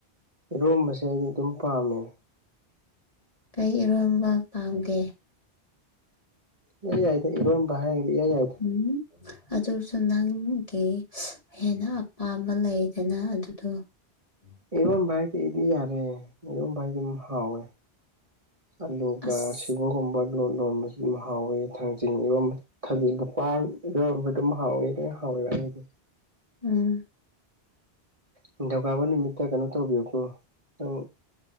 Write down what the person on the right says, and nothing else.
ꯏꯔꯣꯝꯕꯁꯦ ꯑꯩꯗꯤ ꯑꯗꯨꯝ ꯄꯥꯝꯃꯦ
ꯌ ꯍꯥꯏꯥꯏ ꯏꯉꯣꯟꯝꯕꯗꯤ ꯌꯦ ꯍꯥꯏꯥꯏꯗ
ꯏꯕꯣꯟ ꯥꯏꯗꯤ ꯑꯩꯗꯤ ꯌꯥꯔꯦ ꯏꯕꯣꯟ ꯥꯏꯗꯤ ꯑꯗꯨꯝ ꯍꯥꯎꯋꯦ ꯑꯂꯨꯒ
ꯑꯁꯤꯕꯒꯨꯝꯕ ꯂꯣꯟ ꯂꯣꯟꯕꯕꯁꯤ ꯍꯥꯎꯋꯤ ꯊꯥꯡꯖꯤꯡꯉꯤꯕ ꯊꯖꯤ ꯄꯥꯟ ꯌꯣꯏꯕ ꯑꯗꯨꯝ ꯍꯥꯎꯋꯦ ꯑꯗꯨ ꯍꯥꯎꯋꯦꯕ ꯑꯩꯗꯤ
ꯅꯤꯡꯊꯧꯀꯥꯕ ꯅꯨꯃꯤꯠꯇ ꯀꯩꯅꯣ ꯇꯧꯕꯤꯌꯨꯀꯣ ꯆꯡ